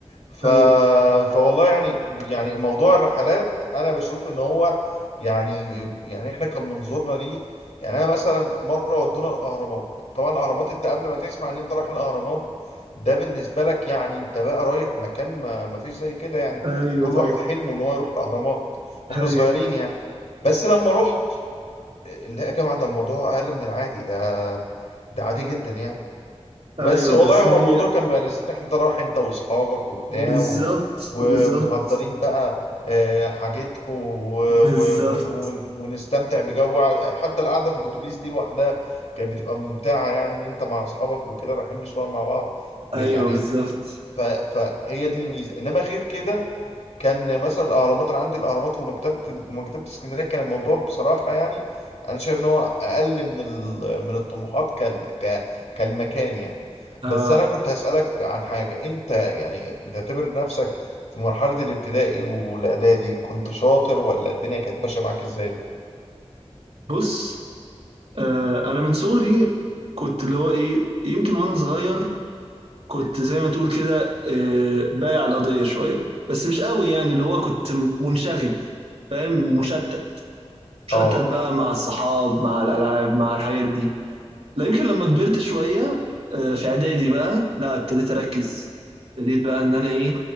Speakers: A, on the left (about 90°); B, on the right (about 65°).
A: ف...
B: ايوه
A: فوالله يعني يعني موضوع الرحلات انا بشوف ان هو يعني يعني احنا كان منظورنا ليه يعني انا مثلا مره ودونا الاهرامات طبعا الاهرامات انت قبل ما تسمع ان انت رايح الاهرامات ده بالنسبه لك يعني انت بقى رايح مكان ما ما فيش زي كده يعني
B: ايوه
A: كل
B: طبعا
A: واحد حلمه ان هو يروح الاهرامات واحنا
B: ايوه
A: صغيرين يعني بس لما رحت لا يا جماعه ده الموضوع اقل من العادي ده ده عادي جدا يعني بس
B: ايوه
A: والله
B: بس
A: هو
B: هي
A: الموضوع كان بقى لذيذ إن احنا انت رايح انت واصحابك وبتاع
B: بالظبط
A: و... ومحضرين
B: بالظبط
A: بقى آه، حاجتكو و...
B: بالظبط
A: و... ون... ون- ونستمتع بجو ع- حتى القعده في الاتوبيس دي لوحدها كانت بتبقى ممتعه يعني ان انت مع اصحابك وكده رايحين مشوار مع بعض ب...
B: ايوه
A: يعني
B: بالظبط
A: ف... فهي دي الميزه انما غير كده كان مثلا الاهرامات انا عندي الاهرامات ومكتبه ومكتبه اسكندريه كان الموضوع بصراحه يعني انا شايف ان هو اقل من ال... من الطموحات كال... ك... كالمكان يعني
B: آه
A: بس انا كنت هسالك عن حاجه انت يعني بتعتبر نفسك في مرحله الابتدائي والاعدادي كنت شاطر ولا الدنيا كانت ماشيه معاك ازاي
B: بص آه انا من صغري كنت اللي هو ايه يمكن وانا صغير كنت زي ما تقول كده آه بايع القضيه شويه بس مش قوي يعني اللي هو كنت منشغل فاهم مشتت مشتت
A: اه
B: بقى مع الصحاب مع الالعاب مع الحاجات دي لا يمكن لما كبرت شويه آه في اعدادي بقى لا ابتديت اركز ابتديت بقى ان انا ايه